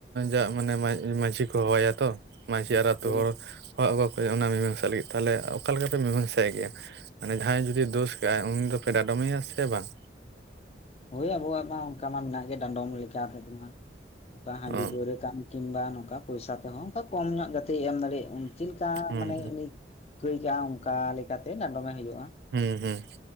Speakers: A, on the right (about 65°); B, on the left (about 35°).
A: ᱡᱟ ᱢᱟᱱᱮ ᱢᱟᱺᱡᱷᱤ ᱠᱚ ᱦᱚᱦᱚᱣᱟᱭᱟ ᱛᱚ ᱢᱟᱺᱡᱷᱤ ᱟᱨ ᱟᱹᱛᱩ
B: ᱦᱳᱭ
A: ᱦᱚᱲ ᱦᱚᱦᱚ ᱟᱹᱜᱚ ᱠᱚ ᱦᱳᱭᱳᱜ-ᱟ ᱚᱱᱟ ᱢᱤᱢᱟᱝᱥᱟ ᱞᱟᱹᱜᱤᱫ ᱛᱟᱦᱚᱞᱮ ᱚᱠᱟ ᱞᱮᱠᱟ ᱯᱮ ᱢᱤᱢᱟᱝᱥᱟᱭ ᱜᱮᱭᱟ ᱢᱟᱱᱮ ᱡᱟᱦᱟᱸᱭ ᱡᱩᱫᱤ ᱫᱳᱥ ᱠᱟᱜᱼᱟᱭ ᱩᱱᱤ ᱫᱚᱯᱮ ᱰᱟᱸᱰᱚᱢᱮᱭᱟ ᱥᱮ ᱵᱟᱝ?
B: ᱦᱳᱭ ᱟᱵᱚᱣᱟᱜ ᱢᱟ ᱚᱱᱠᱟ ᱢᱟ ᱢᱮᱱᱟᱜ ᱜᱮ ᱰᱟᱸᱰᱚᱢ ᱞᱮᱠᱟ <inaudible> ᱚᱱᱠᱟ ᱦᱟᱺᱰᱤ
A: ᱚ
B: ᱯᱟᱹᱣᱨᱟᱹ ᱠᱟᱱ ᱠᱤᱢᱵᱟ ᱱᱚᱝᱠᱟ ᱯᱚᱭᱥᱟ ᱛᱮᱦᱚᱸ ᱚᱱᱠᱟ ᱠᱚᱢ ᱧᱚᱜ ᱡᱟᱛᱮᱭ ᱮᱢ ᱫᱟᱲᱮᱭᱟᱜ ᱪᱮᱫ ᱞᱮᱠᱟ
A: ᱦᱩᱸ
B: ᱢᱟᱱᱮ ᱩᱱᱤ ᱠᱟᱹᱭ ᱠᱟᱜᱼᱟ ᱚᱱᱠᱟ ᱞᱮᱠᱟᱛᱮ ᱰᱸᱟᱰᱚᱢᱮ ᱦᱩᱭᱩᱜᱼᱟ
A: ᱦᱩᱸ ᱦᱩᱸ